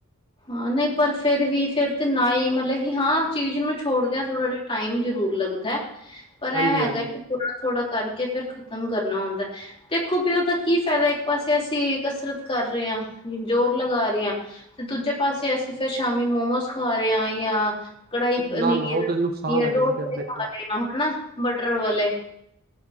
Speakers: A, on the left; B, on the right.
A: ਹਾਂ ਨਈ ਪਰ ਫੇਰ ਵੀ ਫਰ ਤੇ ਨਾ ਈ ਮਤਲਬ ਕਿ ਹਾਂ ਚੀਜ਼ ਨੂੰ ਛੋੜਦਿਆਂ ਥੋੜ੍ਹਾ ਜਾ ਟਾਈਮ ਜਰੂਰ ਲੱਗਦੈ ਪਰ
B: ਹਾਂਜੀ
A: ਐ ਹੈਗਾ
B: ਹਾਂਜੀ
A: ਕਿ ਆ ਥੋੜਾ ਕਰਕੇ ਫੇਰ ਖ਼ਤਮ ਕਰਨਾ ਹੋਂਦਾ ਦੇਖੋ ਵੀ ਔਦਾ ਕੀ ਫੈਦਾ ਇੱਕ ਪਾਸੇ ਤੇ ਅਸੀਂ ਕਸਰਤ ਕਰੇ ਆਂ, ਜੋਰ ਲਗਾ ਰੇ ਆ ਤੇ ਦੂਜੇ ਪਾਸੇ ਅਸੀਂ ਫੇਰ ਸ਼ਾਮੀ ਮੋਮੋਸ ਖਾ ਰੇ ਆ ਯਾਂ ਕੜਾਹੀ ਪਨੀਰ
B: ਨਾ ਨਾ ਉਹ ਤਾਂ ਨੁਕਸਾਨ
A: ਜਾਂ
B: ਹੈਗਾ
A: <inaudible> ਡੋਸੇ
B: ਜੀ ਫਿਰ
A: ਖਾ
B: ਦੇਖੋ
A: ਰੇ ਆ ਹਨਾ ਬਟਰ ਵਾਲੇ